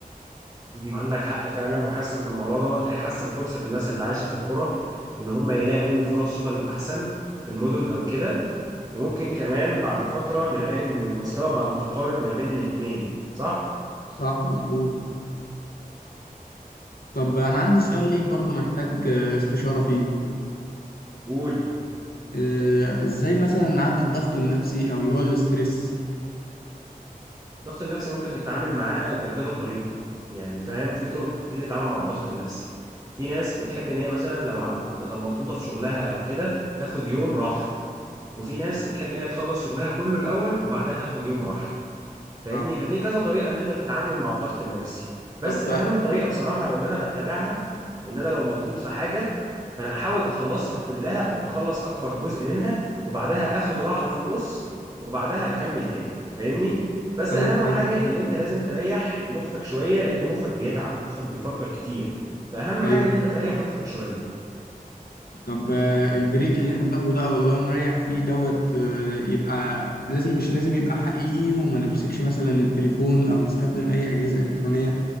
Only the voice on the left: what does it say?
صح مظبوط طب أنا عندي سؤال ليك برضو محتاج آه، استشارة فيه
آه، ازاي مثلا نعدي الضغط النفسي او اللي هو الاسترس
صح
طب
ايوه
فاهمك
ايوه
طب آه، البريك اللي احنا بناخده ده او اللي هو نريح فيه دوت آه، يبقى لازم مش لازم يبقى حقيقي وما نمسكش مثلا التليفون او نستخدم اي اجهزة الكترونية